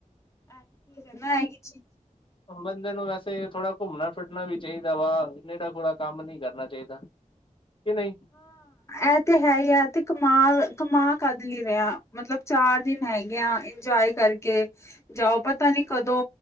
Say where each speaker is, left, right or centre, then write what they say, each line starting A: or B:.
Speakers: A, on the left; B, on the left.
A: ਆਹ ਠਕ ਨਾ ਹੈਗ <inaudible> <inaudible>
B: ਬੰਦੇ ਨੂੰ ਵੈਸੇ ਥੋੜ੍ਹਾ ਘੁੰਮਣਾ ਫਿਰਨਾ ਵੀ ਚਾਈਦਾ ਵਾ ਨੇਰਾ ਖੋਰਾ ਕੰਮ ਨੀ ਕਰਨਾ ਚਾਈਦਾ ਕਿ ਨ ਈ
A: ਐ ਤੇ ਹੈ ਈ ਆ ਤੇ ਕਮਾ ਕਮਾ ਕਾਦੇ ਲਈ ਰੇਆ ਮਤਲਬ ਚਾਰ ਦਿਨ ਹੈਗੇ ਆ ਇੰਜੋਏ ਕਰਕੇ ਜਾਔ ਪਤਾ ਨੀ ਕਦੋਂ